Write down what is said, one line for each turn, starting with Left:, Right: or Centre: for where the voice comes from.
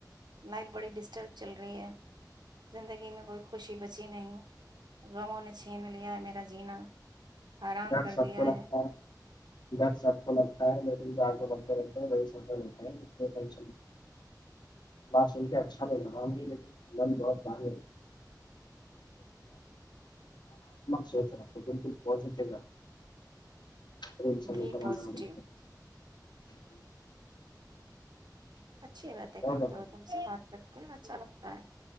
Right: لائف بڑی ڈسٹرب چل رہی ہے زندگی میں کوئی خوشی بچی نہیں گاؤں نے چھین لیا میرا جینا حرام
Left: ادھر
Right: کر
Left: سب
Right: دیا
Left: کو لگتا ہے ادھر سب کو لگتا ہے لن بھتے رہتےات س اچھا نہیںایک بہ باہات سکارمک ب جگہ ر چلو
Right: بھی
Left: کرے
Right: پازیٹیو
Left: <inaudible>
Right: اچھی باتیں کرتے
Left: بتائیں
Right: ہو تم سے بات کر کے اچھا لگتا ہے